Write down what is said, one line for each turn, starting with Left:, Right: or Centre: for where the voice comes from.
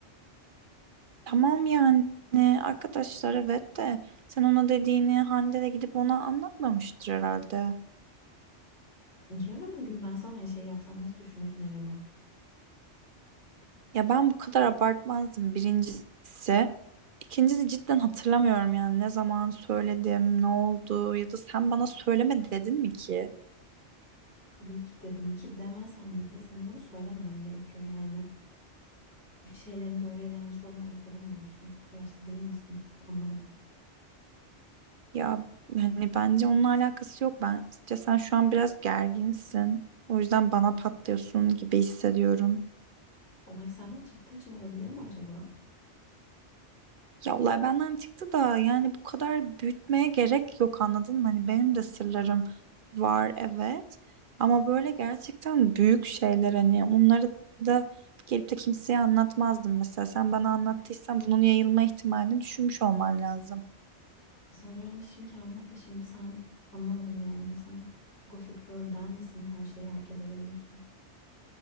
Right: Tamam yani arkadaşlar evet de sen ona dediğini Hande de gidip ona anlatmamıştır herhalde.
Left: Yarın bugün ben sana aynı şeyi yapsam nasıl düşünürsün acaba?
Right: Ya ben bu kadar abartmazdım birincisi. İkincisi cidden hatırlamıyorum yani ne zaman söyledim, ne oldu ya da sen bana söyleme dedin mi ki?
Left: Tabii ki dedim ki demesem bile senin bunu söylememen gerekiyor yani. Bir şeylerin doğru ya da yanlış olduğunu ayırt edemiyor musun? O yaşta değil misin? Anlamadım.
Right: Ya hani bence onunla alakası yok. Bence sen şu an biraz gerginsin. O yüzden bana patlıyorsun gibi hissediyorum.
Left: Olay senden çıktığı için olabilir mi acaba?
Right: Ya olay benden çıktı da yani bu kadar büyütmeye gerek yok anladın mı? Hani benim de sırlarım var evet ama böyle gerçekten büyük şeyler hani onları da gelip de kimseye anlatmazdım mesela. Sen bana anlattıysan bunun yayılma ihtimalini düşünmüş olman lazım.
Left: Sana güvenmişim ki anlatmışım. Sen anlamadım yani. Sen Gossip Girl'den misin? Her şeyi herkese yayıyorsun.